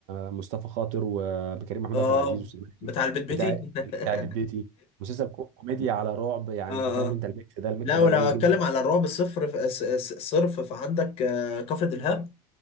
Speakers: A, on the right; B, on the left.
A: مصطفى خاطر وكريم محمود
B: اه
A: عبد العزيز وسليمان
B: بتاع
A: عيد
B: البيت بيتي
A: بتاع
B: <laughs>
A: بتاع البيت بيتي مسلسل كو- كوميديا على رعب يعني
B: اه
A: انت فاهم
B: اه
A: انت الميكس ده الميكس
B: لا
A: ده
B: ولو
A: جميل
B: اتكلم
A: جدا
B: على الرعب الصفر ف- س- س- صرف فعندك آه، كفر دلهاب